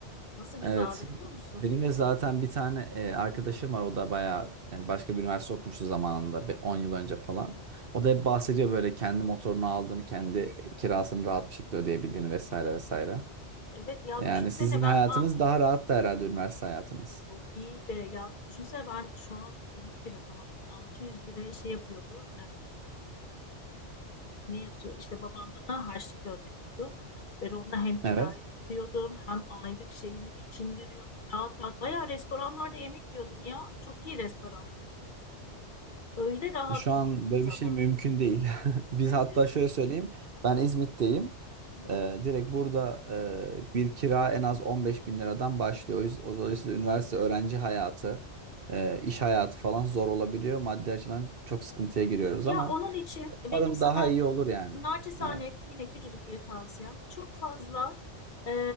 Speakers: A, on the left; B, on the right.
A: Nasıl güzeldi
B: evet
A: biliyor musun?
B: benim de zaten bir tane e, arkadaşım var o da bayağı yani başka bir üniversite okumuştu zamanında bir 10 yıl önce falan. O da hep bahsediyor böyle kendi motorunu aldığını, kendi kirasını rahat bir şekilde ödeyebildiğini vesaire vesaire.
A: Evet ya
B: Yani
A: düşünsene
B: sizin
A: ben
B: hayatınız
A: ah
B: daha rahattı herhalde üniversite hayatınız.
A: çok iyiydi. Ya düşünsene ben şu an komik bir rakama bak 600 liraya şey yapıyordu. ne yatıyor? İşte babam bana harçlık gönderiyordu. Ben onunla hem kirayı
B: Evet.
A: ödüyordum hem aylık şeyimi geçindiriyordum. Rahat rahat. Bayağı restoranlarda yemek yiyordum ya. Çok iyi restoranlarda. Öyle rahat
B: Şu an
A: bir
B: böyle
A: zaman.
B: bir şey mümkün değil. <laughs> Biz
A: Mümkün
B: hatta şöyle
A: değil.
B: söyleyeyim. Ben İzmit'teyim.
A: Hı hı.
B: Ee, direkt burada e, bir kira en az 15 bin liradan başlıyor. O yüz- o- Dolayısıyla üniversite öğrenci hayatı, e, iş hayatı falan zor olabiliyor. Maddi açıdan çok sıkıntıya giriyoruz
A: Ya
B: ama
A: onun için benim
B: umarım
A: sana
B: daha iyi olur yani.
A: naçizane
B: Evet.
A: yine küçücük bir tavsiyem. Çok fazla e,